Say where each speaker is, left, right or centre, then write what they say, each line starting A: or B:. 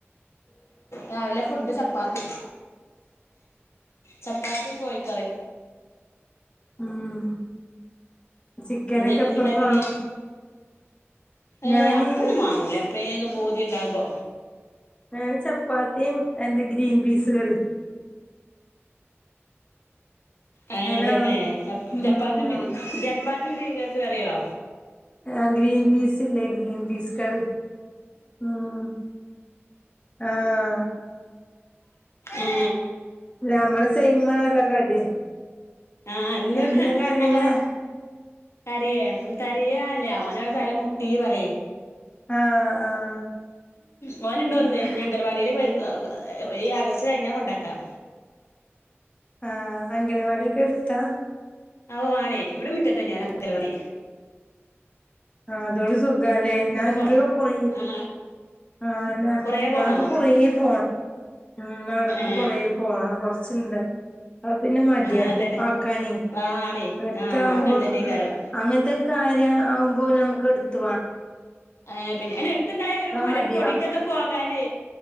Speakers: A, on the left; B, on the left.
A: രാവിലെ ഫുഡ് ചപ്പാത്തി ചപ്പാത്തിയും കോഴിക്കറിയും
B: ഉം ചിക്കനൊക്കെ
A: എന്തെ ങ്ങക്ക്
B: എപ്പഴും
A: ണ്ടാകീനി
B: വാങ്ങും
A: ഏ
B: ഞാന്
A: അപ്പൊന്നും മാങ്ങൂല എപളേം പൂ തിണ്ടാവുമ്പോ
B: ഞൻ ചപ്പാത്തിയും എന്താ ഗ്രീൻ പീസ് കറി
A: ഏ
B: ഹലോ
A: തന്നെ ചപ്പ
B: ഉം
A: ചപ്പാത്തിും ചപ്പാത്തിും പീസ് ക റിയോ
B: ആഹ ഗ്രീൻ പീസ് ഇല്ലേ ഗ്രീൻ പീസ് കറി ഉം ആഹ
A: ഏ
B: നമ്മള് സൈമാണല്ലോ കടി
A: ആഹ് അന്ന്
B: എന്തിനാ കരയണേ
A: അങ്ങനെ കരിയേ കരിയല്ല ഓനോടെ തല മുട്ടീ പറ
B: ആഹ് ആഹ്
A: മോ നുണ്ടോന്ന്
B: ഉം
A: ഞൻങ്കലവാടിയിലേ വ ഈ ആഗസ്റ്റ് കഴിഞ്ഞാൽ കൊണ്ടാക്കാം
B: ആഹ അംഗനവാടി ക്കെ എടുത്താ
A: ഔ ആണേ ഇ വിടെ മുറ്റ തന്നെയാണ് അംഗൽവാടി
B: ആഹ അതോടെ സുഖല്ലേ ഞാക്ക്ൊക്കെ
A: പോണേ
B: പോയി
A: ആ
B: ആഹന്നാ
A: കൊറേ
B: ഞങ്ങക്ക്
A: പോണോ
B: കുറേ പോണം ഉം നടന്ന്
A: ഏ
B: കൊറ പോണം കൊറച്ചുണ്ട് അ പിന്നെ മടി
A: ആ അതന്നെ
B: ആ ക്കാനേ
A: ആ ആണേ
B: എടുത്ത
A: ആ
B: ആാവുമ്പോൾ
A: അങ്ങനെ തന്നെക്കാരം
B: അങ്ങനത്തെ കാര്യം ആകുമ്പോലെ നമുക്ക് എടുത്തുാണ്
A: ആ പിന്നെ ഐൻ എടത്തണ്ടായ ഒരു മടിപൊടിക്കൊക്കെ
B: മടിയാവും
A: പോകാന്